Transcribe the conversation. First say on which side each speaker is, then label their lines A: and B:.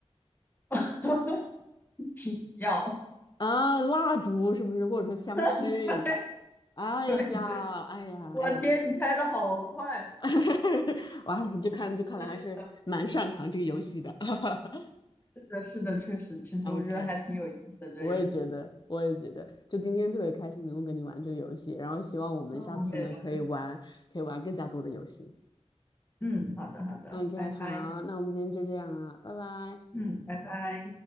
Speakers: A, on the left; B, on the left.
A: <laughs> 需要，
B: 啊，蜡烛是不是？或者说香薰？
A: <laughs>
B: 哎呀，
A: 对，
B: 哎呀，
A: 我天，
B: 哎呀，
A: 你猜的好快，
B: <laughs> 哇，你就看就看来还是蛮擅长这个游戏的。
A: 真
B: <laughs>
A: 是的，是的，确实，其实我觉得还挺有意思的这游戏，
B: OK，我也觉得，我也觉得，就今天特别开心能够跟你玩这个游戏，然后希望我们下次呢可以玩，
A: 嗯，我也是，
B: 可以玩更加多的游戏。
A: 嗯，好的，好的，
B: OK，
A: 拜拜，
B: 好，那我们今天就这样了，拜拜。
A: 嗯，拜拜。